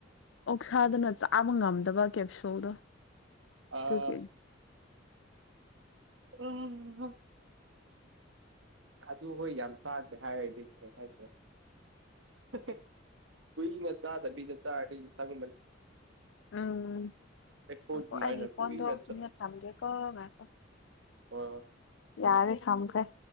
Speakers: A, on the left (about 75°); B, on the right (about 75°).
A: ꯑꯣꯛꯁꯥꯗꯨꯅ ꯆꯥꯕ ꯉꯝꯗꯕ ꯀꯦꯞꯁꯨꯜꯗꯣ
B: ꯑꯥ
A: ꯑꯗꯨꯒꯤ
B: ꯑ ꯍꯝ ꯑꯗꯨ ꯍꯣꯏ ꯌꯥꯝ ꯆꯥꯗꯦ ꯍꯥꯏꯔꯗꯤ ꯀꯩ ꯍꯥꯏꯁꯤꯔꯥ ꯍꯦ ꯍꯦ ꯀꯨꯏꯅ ꯆꯥꯗꯕꯤꯗ ꯆꯥꯔꯗꯤ ꯆꯡꯕꯅꯦ
A: ꯎꯝ
B: ꯑꯩꯈꯣꯏ
A: ꯉꯥꯈꯣ
B: ꯑꯗꯨꯃꯥꯏꯅ
A: ꯑꯩꯒꯤ ꯐꯣꯟꯗꯣ
B: ꯀꯨꯏꯅ
A: ꯃꯤꯎꯠ ꯊꯝꯒꯦꯀꯣ ꯉꯥꯏꯈꯣ
B: ꯍꯣꯏ ꯍ
A: ꯌꯥꯔꯦ ꯊꯝꯈꯔꯦ